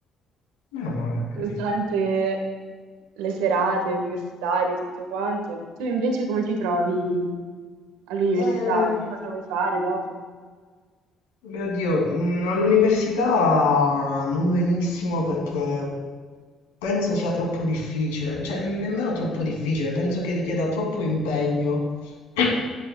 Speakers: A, on the left (about 80°); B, on the right (about 75°).
A: meno male, ho capito.
B: durante le serate universitarie e tutto quanto. Tu invece come ti trovi all'università?
A: Eh,
B: Che cosa vuoi fare dopo?
A: Beh, oddio, mm, all'università non benissimo perché penso sia troppo difficile, cioè nemmeno troppo difficile, penso che richieda troppo impegno <clears throat>